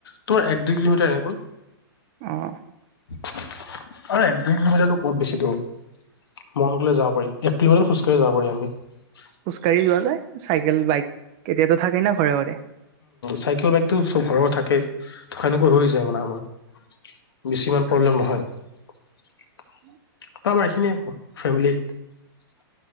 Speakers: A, on the left (about 70°); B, on the right (about 20°).
A: তোমাৰ এক দুই কিলোমিটাৰ হব।
B: আহ।
A: আৰু এক দুই কিলোমিটাৰ <unintelligible> বহুত বেছি দূৰ মন গ'লে যাব পাৰি এক কিলোমিটাৰ খোজ কাঢ়ি যাব পাৰি আমি <unintelligible>
B: খোচ কাঢ়ি যোৱানে <unintelligible> চাইকেল বাইক কেতিয়াতো থাকে না ঘৰে ঘৰে।
A: চাইকেল বাইকটো চব ঘৰৰ থাকেই সেনেকৈ হৈ যায় মানে আমাৰ বেছি ইমান প্ৰব্লেম নহয় <unintelligible>
B: <inaudible>
A: তাৰ এইখিনিয় ফেমিলিত <unintelligible>